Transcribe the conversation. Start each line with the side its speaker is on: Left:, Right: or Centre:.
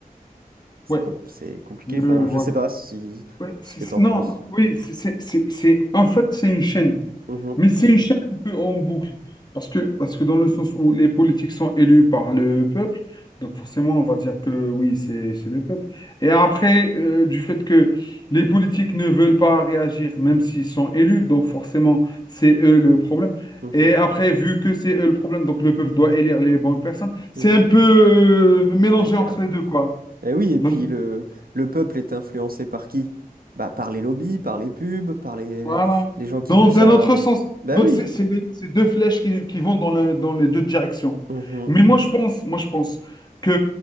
Right: C'est
Left: oui,
Right: com- c'est compliqué.
Left: je
Right: Enfin,
Left: vois
Right: je sais pas
Left: ça.
Right: si
Left: Ouais, c'est-
Right: ce que
Left: c'est-
Right: t'en
Left: non,
Right: penses.
Left: non, oui, c'est, c'est, c'est, c'est- en fait, c'est une chaîne.
Right: Mhm,
Left: Mais c'est une chaîne un peu en boucle. Parce que, parce que dans le sens où les politiques sont élus par le peuple, donc forcément on va dire que oui, c'est c'est le peuple. Et après, euh, du fait que les politiques ne veulent pas réagir, même s'ils sont élus, donc forcément c'est eux le problème.
Right: mhm,
Left: Et après, vu que c'est eux le problème, donc le peuple doit élire les bonnes personnes, c'est
Right: mhm.
Left: un peu euh, mélangé
Right: C'est clair.
Left: entre les deux, quoi.
Right: Et oui, et puis
Left: Donc
Right: le, le peuple est influencé par qui? Bah, par les lobbies, par les pubs, par les,
Left: Voilà.
Right: les gens
Left: Dans
Right: qui poussent
Left: un
Right: à...
Left: autre sens.
Right: Bah
Left: Donc,
Right: oui.
Left: c'est c'est les- c'est deux flèches qui, qui vont dans, le- dans les deux directions.
Right: Mhm,
Left: Mais moi, je pense, moi, je pense que